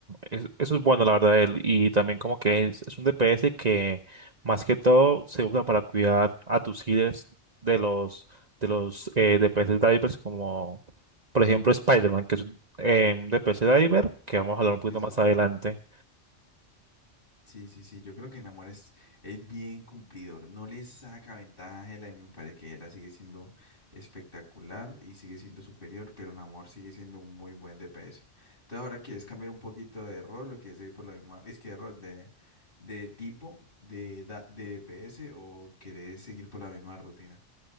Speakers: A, on the right; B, on the left.
A: es- eso es bueno, la verdad. de él. Y también como que es, es un DPS que más que todo se usa para cuidar a tus healers de los, de los eh, DPS divers como, por ejemplo, Spider-Man, que es un eh, un DPS diver, que vamos a hablar un poquito
B: Sí, sí,
A: más
B: sí.
A: adelante.
B: Sí, sí, sí, yo creo que Namor es, es bien cumplidor, no le saca ventaja a Hela y me parece que Hela sigue siendo espectacular y sigue siendo superior, pero Namor sigue siendo un muy buen DPS. Entonces ahora quieres cambiar un poquito de rol o quieres seguir por la misma, es que de rol de, de tipo de, da- de DPS o querés seguir por la misma rutina,